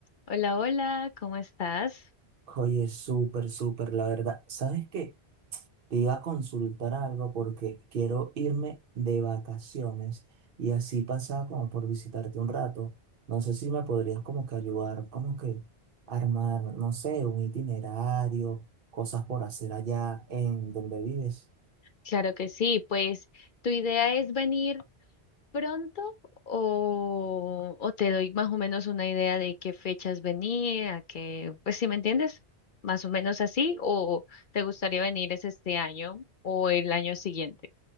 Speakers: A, on the left; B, on the right.
A: Hola, hola, ¿cómo estás?
B: Oye, súper, súper, la verdad. ¿Sabes qué? Te iba a consultar algo porque quiero irme de vacaciones y así pasaba como por visitarte un rato. No sé si me podrías como que ayudar, como que armar, no sé, un itinerario, cosas por hacer allá en donde vives.
A: Claro que sí, pues tu idea es venir pronto o, o te doy más o menos una idea de qué fechas venir, a qué, pues si me entiendes, más o menos así, o te gustaría venir es este año o el año siguiente.